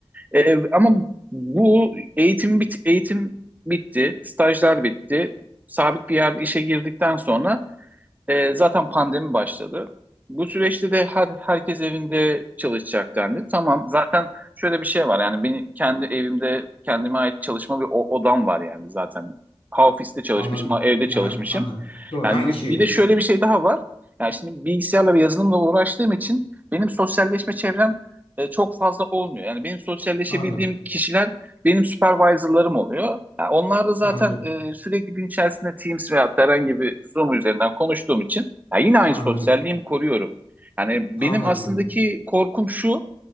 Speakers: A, on the right; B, on the left.
A: E, ama bu eğitim bit eğitim bitti, stajlar bitti. Sabit bir yerde işe girdikten sonra e, zaten pandemi başladı. Bu süreçte de her, herkes evinde çalışacak dendi. Tamam zaten şöyle bir şey var yani benim kendi evimde kendime ait çalışma bir o- odam var yani zaten. Ha ofiste çalışmışım
B: Anladım.
A: ha evde çalışmışım.
B: Aha, anladım. Doğru.
A: Yani
B: Aynı
A: y-
B: şeye
A: bir de
B: dönüşüyor.
A: şöyle bir şey daha var. Yani şimdi bilgisayarla ve yazılımla uğraştığım için benim sosyalleşme çevrem e, çok fazla olmuyor. Yani benim sosyalleşebildiğim
B: Anladım.
A: kişiler benim supervisor'larım oluyor. Ha, onlar da zaten
B: Anladım.
A: e, sürekli gün içerisinde Teams veya herhangi bir Zoom üzerinden konuştuğum için ya yine aynı
B: Anladım.
A: sosyalliğimi koruyorum. Yani benim
B: Anladım.
A: aslındaki
B: Anladım.
A: korkum şu,